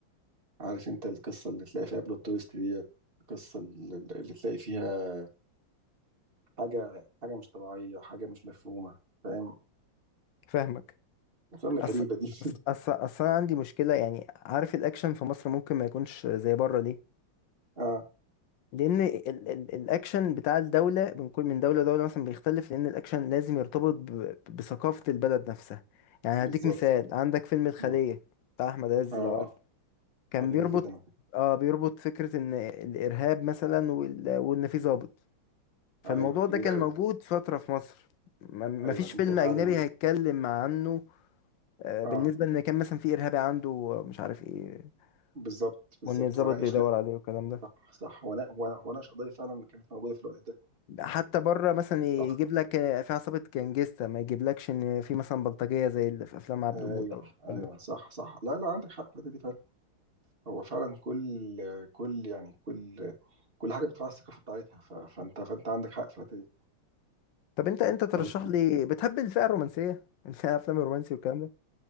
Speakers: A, on the right; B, on the left.
A: عارف انت القصه اللي تلاقي فيها بلوت تويست دي القصه اللي اللي تلاقي فيها حاجه حاجه مش طبيعيه حاجه مش مفهومه فاهم
B: فاهمك
A: الافلام الغريبه
B: أصل
A: دي
B: أصل
A: <laughs>
B: أصل أصل أنا عندي مشكلة يعني عارف الأكشن في مصر ممكن ما يكونش زي بره ليه؟
A: اه
B: لأن ال ال الأكشن بتاع الدولة من كل من دولة لدولة مثلا بيختلف لأن الأكشن لازم يرتبط ب- بثقافة البلد نفسها يعني
A: بالظبط
B: هديك مثال عندك فيلم الخلية
A: مم.
B: بتاع أحمد عز
A: اه
B: لو عارف كان
A: اه جميل
B: بيربط
A: جدا على فكرة.
B: آه بيربط فكرة إن الإرهاب مثلا وال- وإن في ضابط فالموضوع
A: ايوه جميل
B: ده كان
A: قوي
B: موجود فترة في مصر ما- مفيش
A: ايوه
B: فيلم
A: انت فعلا
B: أجنبي هيتكلم عنه آه،
A: اه
B: بالنسبة ان كان مثلا في ارهابي عنده مش عارف ايه
A: بالظبط بالظبط
B: وان الضابط
A: وناقش
B: بيدور عليه والكلام ده
A: صح صح وناقش قضيه فعلا كانت موجوده في الوقت
B: حتى بره مثلا يجيب
A: ده
B: لك آه، في عصابة جانجستا ما يجيبلكش ان في مثلا بلطجية زي اللي في افلام عبده
A: ايوه
B: موت او الكلام
A: ايوه
B: ده
A: صح صح لا لا عندك حق في الحته دي فعلا هو فعلا كل كل يعني كل كل حاجه بتراعي الثقافه بتاعتها ف- فانت فانت عندك حق في الحته دي
B: طب انت انت ترشح
A: طيب
B: لي بتحب الفئة الرومانسية <laughs> الافلام الرومانسي والكلام ده